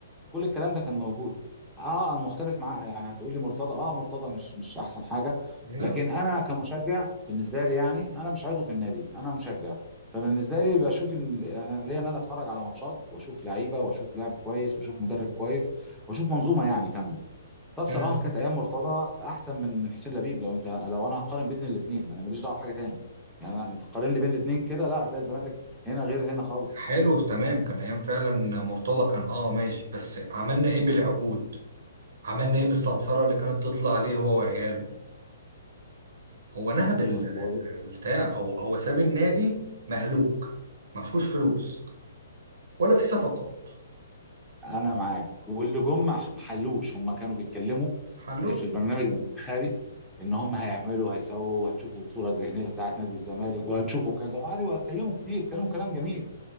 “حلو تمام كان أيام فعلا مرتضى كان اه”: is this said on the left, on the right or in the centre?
Right